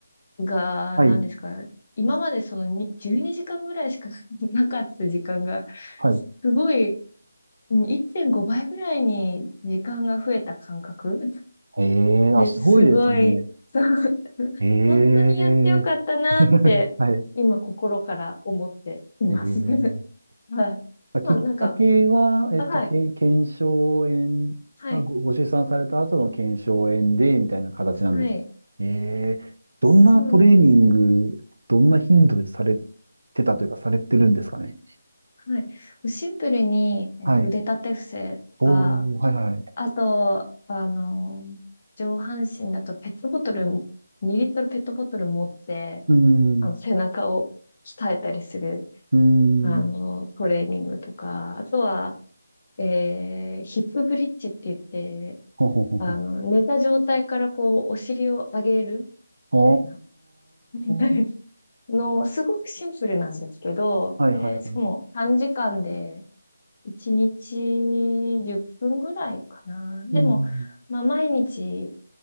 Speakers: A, on the left (about 30°); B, on the right (about 75°).
A: が、
B: はい。
A: 何ですか、今までそのに12時間ぐらいしか <laughs> なかった時間が、
B: はい。
A: すごい、うん1.5倍ぐらいに時間が増えた感覚
B: ええーあ、
A: で、
B: すごいですね。
A: すごい、そう <laughs>
B: ええ
A: 本当にやってよかったなって、
B: <laughs> はい。
A: 今心から思っています。
B: ええ
A: <laughs> はい。
B: まあきっかけは、
A: まあなんか、
B: えっと、
A: あはい。
B: け腱鞘炎、
A: はい。
B: あ、ご、ご出産された後の腱鞘炎で、みたいな形なんです。
A: はい。
B: ええどんなトレーニング、
A: そうなんです。
B: どんな頻度でされてたというか、されてるんですかね。
A: はい。シンプルに、えー腕立て伏せは、
B: はい。おー、はいはい。
A: あと、あのー上半身だとペットボトル、2リットルペットボトル持って、
B: うーん、
A: あの、背中を鍛えたりする、
B: うーん、
A: あのートレーニングとか、あとは、えーヒップブリッジって言って、
B: ほほほほ。
A: あの、寝た状態からこう、お尻を上げるみたいな。
B: お
A: <laughs>
B: ー、
A: の、すごくシンプルなんですけど、
B: はいはいはい。
A: で、しかも短時間で1日10分ぐらいかな。でも、
B: うん、
A: まあ毎日